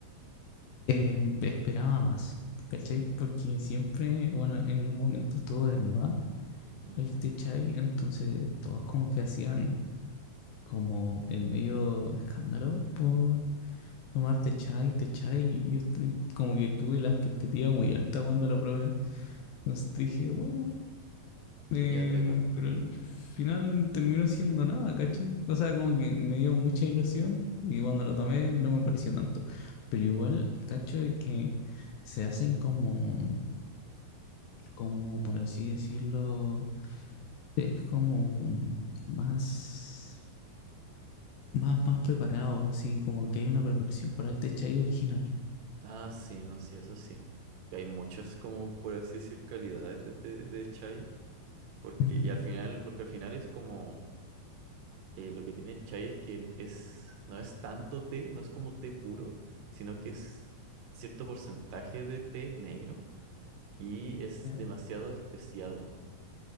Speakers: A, on the left; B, on the right.
A: em, esperaba más, ¿cachai? Porque siempre, bueno, en un momento estuvo de moda
B: Ujú.
A: el té chai, entonces todos como que hacían como el medio escándalo por tomarte chai, te chai, y yo estoy- como que tuve la expectativa muy alta cuando lo probé. Entonces dije, bueno, em,
B: Ya te capto.
A: pero al final terminó siendo nada, ¿cachai? O sea, como que me dio mucha ilusión y cuando lo tomé no me pareció tanto. Pero igual, cacho, de que se hacen como, como por así decirlo, es como más, más, más preparado, así como que hay una preparación para el té chai original.
B: Ah, sí, no, sí, eso sí. Que hay muchas, como por así decir, calidades de, té- de chai. Porque,
A: Ujú.
B: y al final, porque al final es como. eh, lo que tiene chai es que es, no es tanto té, no es como té puro, sino que es cierto porcentaje de té negro y es
A: Ya,
B: demasiado especiado.